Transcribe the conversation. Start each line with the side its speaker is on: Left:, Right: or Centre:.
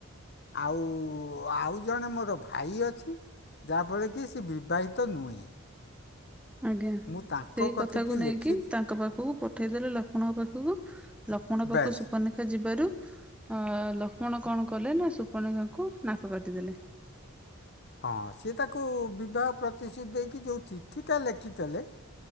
Left: ଆଉ ଆଉ ଜଣେ ମୋର ଭାଇ ଅଛି ଯାହାଫଳରେ କି ସେ ବିବାହିତ ନୁହେଁ।
Centre: ଆଜ୍ଞା
Left: ମୁଁ ତାଙ୍କ
Centre: ସେଇ କଥାକୁ
Left: କତିକି
Centre: ନେଇକି
Left: ଲେଖି
Centre: ତାଙ୍କ ପାଖକୁ ପଠେଇଦେଲେ ଲକ୍ଷ୍ମଣଙ୍କ ପାଖକୁ ଲକ୍ଷ୍ମଣ ପାଖକୁ
Left: ବେଶ୍
Centre: ସୁପନେଖା ଯିବାରୁ ଅ ଲକ୍ଷ୍ମଣ କଣ କଲେ ନା ସୁପଣେଖାକୁ ନାକ କାଟିଦେଲେ।
Left: ହଁ ସିଏ ତାକୁ ବିବାହ ପ୍ରତିଶ୍ରୁତି ଦେଇକି ଯେଉ ଚିଠିଟା ଲେଖିଥିଲେ